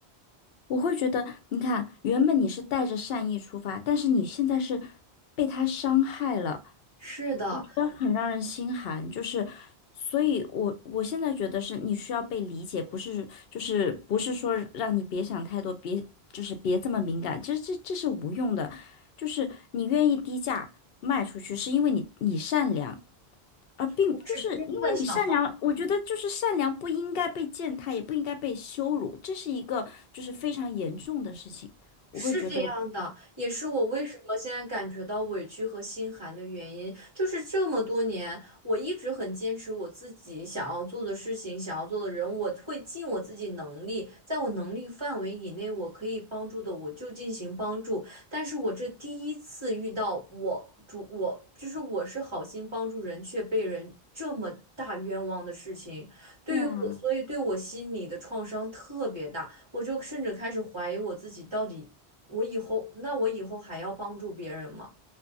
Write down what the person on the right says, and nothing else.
是的，
我是真的想
是这样的，也是我为什么现在感觉到委屈和心寒的原因，就是这么多年，我一直很坚持我自己想要做的事情，想要做的人，我会尽我自己能力，在我能力范围以内，我可以帮助的，我就进行帮助。但是我这第一次遇到我主，我就是我是好心帮助人，却被人这么大冤枉的事情，对于我，
所以对我心里的创伤特别大。我就甚至开始怀疑我自己到底我以后，那我以后还要帮助别人吗？